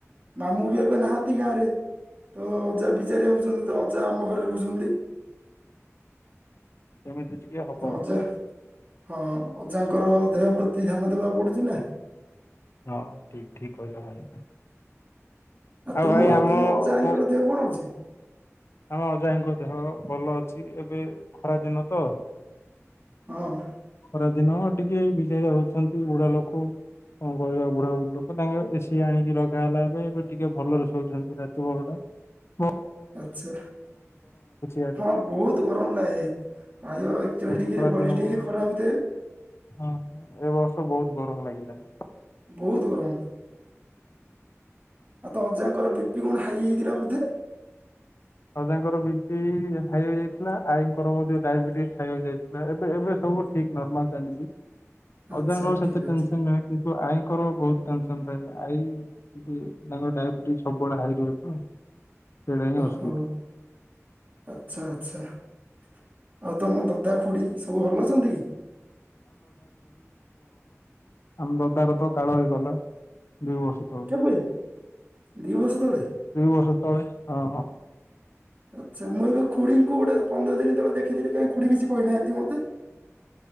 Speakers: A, on the right; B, on the left.
A: ମାମୁଁ ବି ଏବେ ନାହାନ୍ତି ଗାଁରେ। ତ ଅଜା ବିଚାରି ହଉଛନ୍ତି ତ ଅଜା ଆମ ଘରେ ରହୁଛନ୍ତି। <inaudible>
B: କେମିତି? ଟିକେ ହବ।
A: ତ ଅଜା ହଁ ଅଜାଙ୍କର ଦେହ ପ୍ରତି ଧ୍ୟାନ ଦବାକୁ ପଡୁଛି ନା ।
B: ହଁ ଠିକ ଠିକ କହିଲ ଭାଇ । ଆଉ
A: ତୁମ
B: ଭାଇ ଆମ
A: ତୁମ ଅଜାଙ୍କର
B: ମ
A: ଦେହ କଣ ଅଛି?
B: ଆମ ଅଜା ଆଇ ଙ୍କ ଦେହ ଭଲ ଅଛି ଏବେ ଖରା ଦିନ ତ।
A: ହଁ ।
B: ଖରା ଦିନ ଟିକେ ବିଜାରିଆ ହଉଛନ୍ତି ବୁଢ଼ା ଲୋକ କଣ କରିବା ବୁଢା ବୁଢୀ ଲୋକ ତାଙ୍କ ଏସିି ଆଣିକି ରଗା ହେଲା ଏବେ ଏବେ ଟିକେ ଭଲରେ ଶୋଉଛନ୍ତି ରାତି ପହରଟା।
A: ଆଛା
B: ଇଆଡେ
A: ହଁ ବହୁତ ଗରମ ଲାଗେ ପ୍ରାୟ ଏକଚାଳିଶ ଡିଗ୍ରୀ
B: ଖରା
A: ବୟଳିଶ
B: ଦିନ
A: ଡିଗ୍ରୀ
B: ବହୁତ
A: ଖରା ହଉଛି ।
B: ହଁ। ଏ ବର୍ଷ ବହୁତ ଗରମ ଲାଗିଲାଣି ।
A: ବହୁତ ଗରମ । ଆଉ ତ ଅଜାଙ୍କର ବି ପି କଣ ହାଇ ହେଇଥିଲା ବୋଧେ?
B: ଅଜାଙ୍କର ବି ପି ହାଇ ହେଯାଇଥିଲା ଆଈଙ୍କର ମଧ୍ୟ ଡାଇବେଟିସ୍ ହାଇ ହୋଇଯାଇଥିଲା ଏବେ ଏବେ ସବୁ ଠିକ ନର୍ମାଲ ଚାଲଛିି ।
A: ଆଚ୍ଛା
B: ଅଜାଙ୍କ ସେତେ
A: ଠିକ
B: ଟେନସନ
A: ଅଛି
B: ନୁହେଁ କିନ୍ତୁ ଆଈଙ୍କର ବହୁତ ଥା ତାଙ୍କ ଡାଇବେଟି ସବୁବେଳେ ହଇ ରହେ ତ ସେଟାଁ ଅଛି।
A: ଓ ହୋ ଆଚ୍ଛା ଆଚ୍ଛା । ତମ ଦଦା ଖୁଡି ସବୁ ଭଲ ଅଛନ୍ତି କି?
B: ଆମରଧାର ତ କାଳ ହେଇଗଲା । ଦୁଇ ବର୍ଷ ତଳେ
A: କେବେ ଦି ବର୍ଷ ତଳେ?
B: ଦୁଇ ବର୍ଷ ତଳେ ହଁ ହଁ ।
A: ଆଚ୍ଛା ମୁଁ ଏବେ ଖୁଡିଙ୍କୁ ଗୋଟେ ପନ୍ଦର ଦିନ ତଳେ ଦେଖିଥିଲି କାହିଁକି ଖୁଡି କିଛି କହିନାହାନ୍ତି ମତେ।